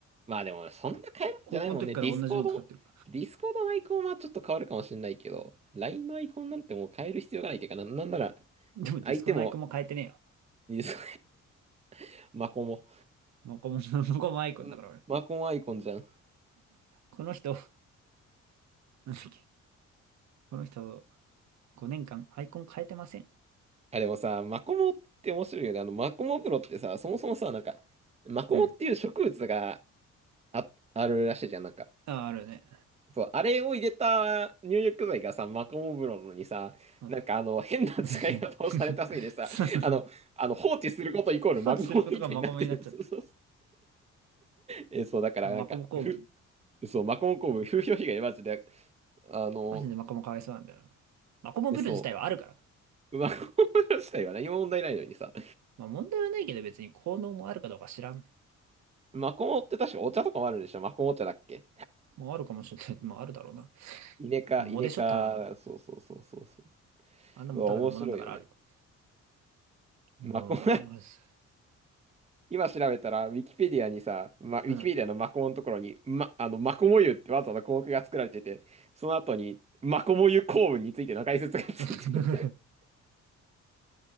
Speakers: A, on the right; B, on the right.
A: まあでも、そんな変えるんじゃないもんね。
B: 高校の時から同じもの使ってる。
A: ディスコード、ディスコードのアイコンはちょっと変わるかもしれないけど、LINE のアイコンなんてもう変える必要がないっていうかな、なんなら、
B: でもディスコのアイコンも変えてねえよ。
A: 相手も、<laughs> ディス <laughs> マコモ。
B: もこも、もこもアイコンだから俺。
A: んマコモアイコンじゃん。
B: この人、なんだっけ。この人、5年間アイコン変えてません。
A: あ、でもさ、マコモって面白いよね。あの、マコモプロってさ、そもそもさ、なんか、マコモっていう植物が
B: うん。
A: あ、あるらしいじゃん。なんか、
B: あ、あるよね。
A: そう、あれを入れた入浴剤がさ、マコモ風呂のにさ、
B: うん
A: なんかあの、変な使い方をされたせいでさ、
B: <laughs> そうそうそう。
A: あの、
B: <laughs>
A: あの放置することイコールマコモみたいになってる。
B: 放置することがマコモになっちゃった。
A: <laughs> そうそう。え、そう、だからなんか、
B: マコモ構文。
A: ふ、そう、マコモ工部、風評被害マジで、あの、
B: マジでマコモかわいそうなんだよな。マコモブル自体はあるからな。
A: え、そう、マコモ風呂自体は何も問題ないのにさ、
B: まあ問題はないけど別に効能もあるかどうか知らん。
A: マコモって確かお茶とかもあるんでしょマコモ茶だっけ
B: もうあるかもしれない。<laughs> まああるだろうな。
A: イネ科、
B: もモでしょ、
A: イネ科、
B: ただの。
A: そうそうそうそうそう。
B: あんなもんただのモなんだからあるよ。
A: うわ面白いよね。
B: もう、
A: マコモ
B: あれなんかす、
A: 今調べたら、ウィキペディアにさ、ま、ウィキペディアのマコモのところに、
B: うん。
A: ま、あの、マコモ湯ってわざわざ項目が作られてて、その後に、マコモ湯構文についての解説がついてる
B: <laughs>